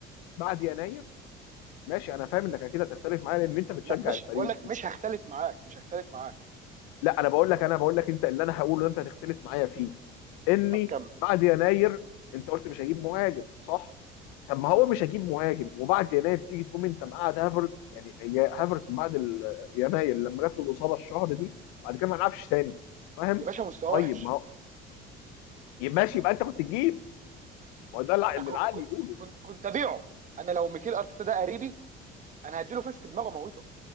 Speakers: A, on the left; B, on the right.
A: بعد يناير ماشي انا فاهم انك اكيد هتختلف معايا لان انت بتشجع
B: لا مش
A: الفريق
B: بقول لك مش هختلف معاك مش هختلف معاك
A: لا انا بقول لك انا بقول لك انت اللي انا هقوله انت هتختلف معايا فيه اني
B: طب كمل
A: بعد يناير انت قلت مش هجيب مهاجم صح طب ما هو
B: مم.
A: مش هجيب مهاجم وبعد يناير تيجي تقوم انت مقعد هافرتز يعني هي هافرتز من بعد ال- يناير لما جات له الاصابه الشهر دي بعد كده ما لعبش تاني فاهم
B: يا باشا مستواه
A: طيب
B: وحش
A: ما هو ماشي يبقى انت كنت تجيب ما هو ده اللي
B: أكو-
A: العقل
B: كو-
A: يقوله
B: كنت كنت ابيعه انا لو ميكيل ارتيتا ده قريبي انا هديله فاس في دماغه موته